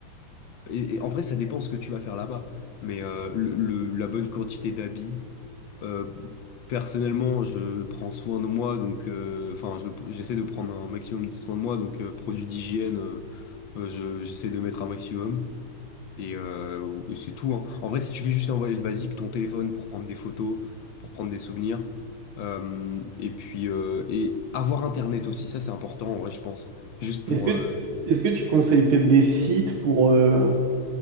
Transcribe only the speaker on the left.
et, et en vrai, ça dépend ce que tu vas faire là-bas. Mais euh, le- le- la bonne quantité d'habits. euh, personnellement, je prends soin de moi, donc euh, enfin, je- j'essaie de prendre un maximum de soin de moi, donc euh, produits d'hygiène, euh, euh, je- j'essaie de mettre un maximum. Et euh, c'est tout. hein. En vrai, si tu fais juste un voyage basique, ton téléphone pour prendre des photos, pour prendre des souvenirs, euh, et puis euh, et avoir Internet aussi, ça c'est important en vrai, je pense. Juste
pour
euh,